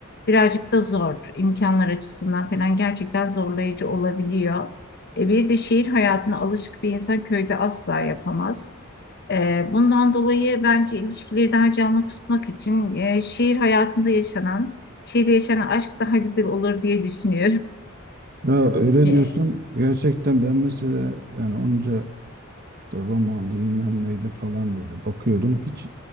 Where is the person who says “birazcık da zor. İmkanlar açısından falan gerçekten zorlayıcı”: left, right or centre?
Left